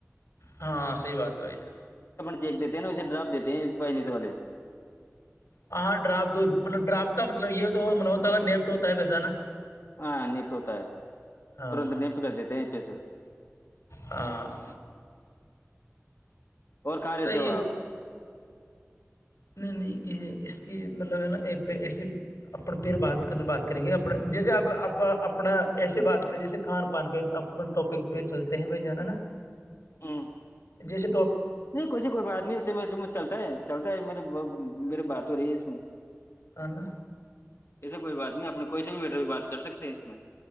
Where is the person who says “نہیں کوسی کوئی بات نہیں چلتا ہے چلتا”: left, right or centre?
Left